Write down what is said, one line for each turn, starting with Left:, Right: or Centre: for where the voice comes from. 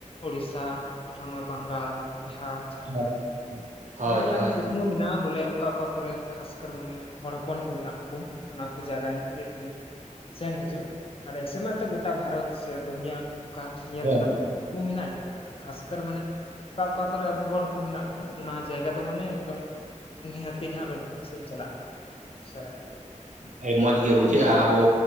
Left: ᱩᱲᱤᱥᱥᱟ ᱟᱨᱚ ᱱᱚᱜᱼᱚᱭ ᱵᱟᱝᱜᱟᱞ ᱵᱤᱦᱟᱨ ᱡᱷᱟᱲᱠᱷᱟᱸᱰ,
Right: ᱦᱳᱭ ᱦᱳᱭ
Left: ᱢᱟᱱᱮ ᱤᱧᱟᱹᱜ
Right: ᱦᱳᱭ
Left: ᱦᱚᱸ ᱠᱩᱠᱢᱩ
Right: ᱦᱳᱭ
Left: ᱢᱮᱱᱟᱜᱼᱟ ᱵᱚᱞᱮ ᱚᱠᱟ ᱚᱠᱟ ᱠᱚᱨᱮ ᱠᱷᱟᱥᱠᱟᱨ ᱢᱟᱱᱮ ᱦᱚᱲ ᱦᱚᱯᱚᱱ ᱠᱚ ᱢᱮᱱᱟᱜ ᱵᱩᱱ ᱚᱱᱟ ᱠᱚ ᱡᱟᱭᱜᱟᱧ ᱢᱤᱫ ᱫᱷᱟᱢ ᱤᱧ ᱥᱮᱱ ᱦᱤᱡᱩᱜ ᱟᱨ ᱮᱥᱮ ᱢᱟ ᱛᱮ ᱜᱚᱴᱟ ᱵᱷᱟᱨᱚᱛ ᱥᱮ ᱫᱩᱱᱤᱭᱟᱹ ᱚᱱᱠᱟ ᱧᱮᱞ
Right: ᱦᱳᱭ
Left: ᱨᱮᱱᱟᱜ ᱢᱤᱫᱴᱟᱝ ᱠᱩᱠᱢᱩ ᱢᱮᱱᱟᱜ ᱜᱮᱭᱟ, ᱟᱫᱚ ᱠᱷᱟᱥᱠᱟᱨ ᱢᱟᱱᱮ ᱚᱠᱟ ᱚᱠᱟ ᱠᱚᱨᱮ ᱟᱵᱚ ᱦᱚᱲ ᱦᱚᱯᱚᱱ ᱢᱮᱱᱟᱜ ᱠᱚ ᱚᱱᱟ ᱡᱟᱭᱜᱟ ᱫᱚ ᱢᱟᱱᱮ ᱮᱠᱫᱚᱢ ᱱᱤᱦᱟᱹᱛᱤ ᱜᱮ ᱦᱟᱸᱜ ᱯᱟᱥᱮ ᱤᱧ ᱪᱟᱞᱟᱜᱼᱟ ᱦᱟᱸᱜ ᱩᱥᱟᱹᱨᱟ ᱜᱮ᱾
Right: <unintelligible> ᱢᱚᱡᱽ ᱜᱮ ᱵᱩᱡᱷᱟᱹᱜᱼᱟ ᱟᱵᱚ